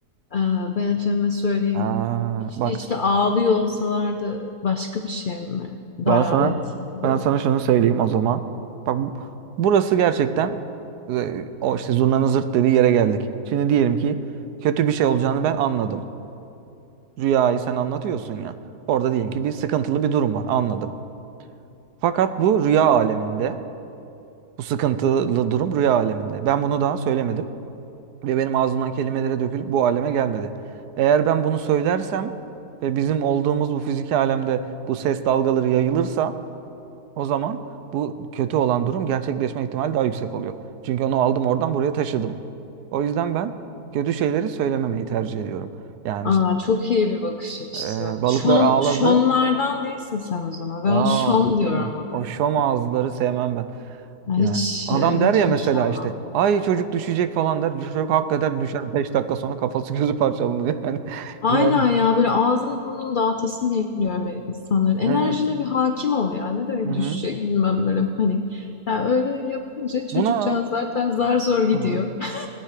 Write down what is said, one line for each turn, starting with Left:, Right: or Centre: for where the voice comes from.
Left: Ee, Ben efendime söyleyeyim
Right: ha,
Left: içli
Right: bak
Left: içli ağlıyor olsalardı başka bir şey mi? Dalalet
Right: Ben sana
Left: oluyordu.
Right: ben sana şunu söyleyeyim o zaman. Bak bu- burası gerçekten e, o işte zurnanın zırt dediği yere geldik. Şimdi diyelim ki kötü bir şey olacağını ben anladım. Rüyayı sen anlatıyorsun ya. Orada diyelim ki bir sıkıntılı bir durum var anladım. Fakat bu rüya aleminde bu sıkıntılı durum rüya aleminde. Ben bunu daha söylemedim ve benim ağzımdan kelimelere dökülüp bu aleme gelmedi. Eğer ben bunu söylersem ve bizim olduğumuz bu fiziki alemde bu ses dalgaları yayılırsa O zaman bu kötü olan durum gerçekleşme ihtimali daha yüksek oluyor. Çünkü onu aldım oradan buraya taşıdım. O yüzden ben kötü şeyleri söylememeyi tercih ediyorum. Yani
Left: Aa,
Right: işte
Left: çok iyi bir bakış açısı.
Right: e, balıklar
Left: Şom,
Right: ağladı.
Left: şomlardan değilsin sen o zaman.
Right: Aa,
Left: Ben şom diyorum o
Right: o
Left: dediklerine.
Right: şom ağızları sevmem ben.
Left: Ya Hiç,
Right: Yani adam
Left: hiç
Right: der ya
Left: hoşlanmam.
Right: mesela işte ay çocuk düşecek falan der. Çocuk hakikaten düşer 5 dakika sonra kafası gözü parçalanır yani. <laughs>
Left: Aynen
Right: Yani.
Left: ya böyle ağzını burnunu dağıtasın geliyor öyle insanların. Enerjine
Right: Evet.
Left: bir hakim ol ya. Ne demek
Right: Hı hı.
Left: düşecek bilmem böyle panik. Ya öyle yapınca çocukcağız
Right: Buna
Left: zaten zar zor gidiyor.
Right: Hı hı.
Left: <laughs>